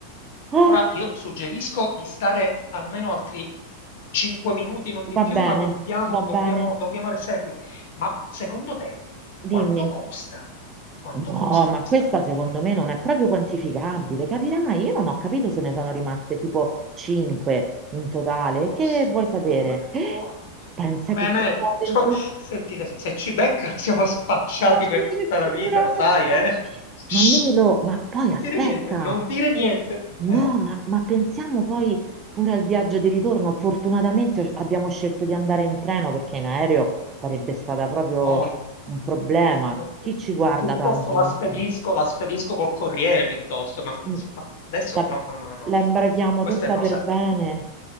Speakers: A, on the right; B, on the left.
A: Ah,
B: Ora io suggerisco di stare almeno altri 5 minuti, non di
A: va
B: più,
A: bene,
B: ma dobbiamo,
A: va bene,
B: dobbiamo, dobbiamo restare qui. Ma secondo te
A: dimmi.
B: quanto costa? Quanto
A: No,
B: costa
A: ma
B: questa
A: questa
B: bottiglia?
A: secondo me non è proprio quantificabile, capirai? Io non ho capito se ne sono rimaste tipo 5 in totale. Che
B: Oh signore,
A: vuoi sapere? Eh,
B: oddio.
A: Pensa
B: Clemè,
A: che cosa ho
B: <laughs>
A: dentro
B: cioè,
A: la
B: senti, se, se ci beccano siamo spacciati
A: Ma che
B: per tutta la
A: figuraccia!
B: vita, lo sai, eh? Shh.
A: Ma Melo, ma poi
B: Non
A: aspetta,
B: dire niente, non dire niente. Eh,
A: no, ma, ma pensiamo poi pure al viaggio di ritorno. Fortunatamente abbiamo scelto di andare in treno perché in aereo sarebbe stata proprio
B: nonno.
A: un problema.
B: Eh,
A: Chi ci guarda
B: Piuttosto
A: tanto
B: la
A: nel
B: spedisco,
A: treno?
B: la spedisco col corriere, piuttosto. Ma,
A: Mm,
B: ma adesso
A: La,
B: no, no, no, no, no.
A: la imbraghiamo
B: Questa
A: tutta
B: è no.
A: per
B: sa-
A: bene.